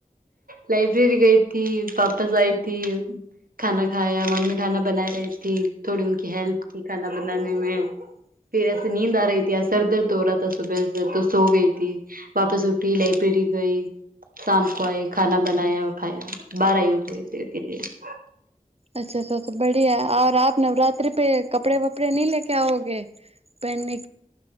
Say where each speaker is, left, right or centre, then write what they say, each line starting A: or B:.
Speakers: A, on the right (about 80°); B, on the right (about 45°).
A: લાઈબ્રેરી ગઈ થી વાપસ આઈ થી. ખાના ખાયા મમ્મી ખાના બના રહી થી થોડી ઉનકી હેલ્પ કી ખાના બનાને મે.
B: <inaudible>
A: ફિર એસે નીંદ આ રહી થી આ સર દર્દ હો રહા થા સુબહ તો સો ગઈ થી વાપસ ઉઠી ફિર લાઇબ્રેરી ગઈ શામ કો આઈ ખાના બનાયા ઓર ખાયા બહાર આઈ હું થોડી દેર કે લીયે. એ
B: અચ્છા તો તો બઢિયા ઓર અભ નવરાત્રી પે કપડે વપડે નહી લેકે આ ઓગે પહેને